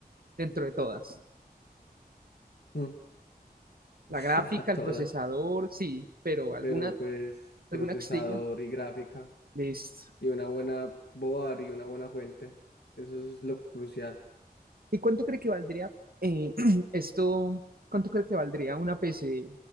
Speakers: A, on the right; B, on the left.
A: dentro de todas?
B: mm,
A: La
B: <laughs>
A: gráfica,
B: a
A: el
B: todas,
A: procesador, sí, pero alguna,
B: pero pues procesador
A: alguna que se diga,
B: y gráfica.
A: listo.
B: y una buena boar y una buena fuente. Eso es lo crucial.
A: ¿Y cuánto cree que valdría eh, <clears throat> esto? ¿Cuánto cree que valdría una PC?